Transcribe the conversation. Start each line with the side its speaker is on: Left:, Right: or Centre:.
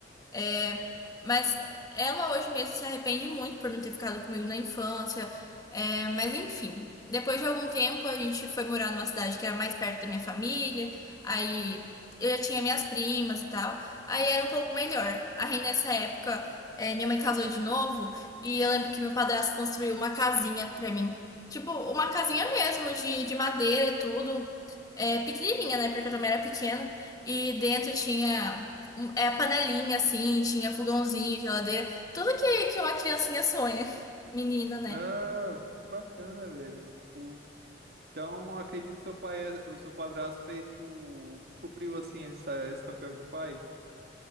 Left: É, mas ela hoje mesmo se arrepende muito por não ter ficado comigo na infância. É, mas enfim, depois de algum tempo a gente foi morar numa cidade que era mais perto da minha família. Aí eu já tinha minhas primas e tal. Aí era um pouco melhor. Aí nessa época, é, minha mãe casou de novo e eu lembro que meu padrasto construiu uma casinha pra mim. Tipo, uma casinha mesmo de, de madeira e tudo. É, pequenininha, né? Porque eu também era pequena. E dentro tinha um- é a panelinha, assim, tinha fogãozinho, geladeira, tudo que, que uma criancinha sonha. <laughs> Menina, né?
Right: Ah, que bacana, velho. Tipo, então eu acredito que seu pai, o seu padrasto fez, tipo, supriu assim essa- esse papel de pai.